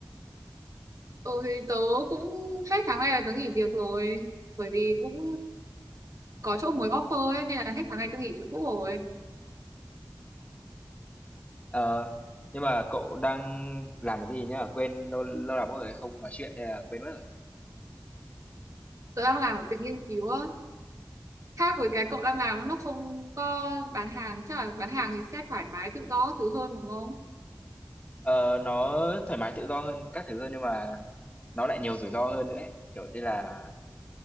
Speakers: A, on the right; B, on the left.
A: ừ, thì tớ cũng hết tháng này là tớ nghỉ việc rồi. Bởi vì cũng có chỗ mới offer ấy, nên là hết tháng này tớ nghỉ chỗ cũ rồi.
B: Ờ, nhưng mà cậu đang làm cái gì nhá? Quên lâu lâu lắm rồi không nói chuyện nên là quên mất rồi.
A: Tớ đang làm ở viện nghiên cứu á. Khác với cái cậu đang làm nó không có bán hàng. Chắc là bán hàng thì sẽ thoải mái tự do các thứ hơn đúng không?
B: Ờ, nó thoải mái tự do hơn các thứ hơn nhưng mà nó lại nhiều rủi ro hơn nữa ấy. Kiểu như là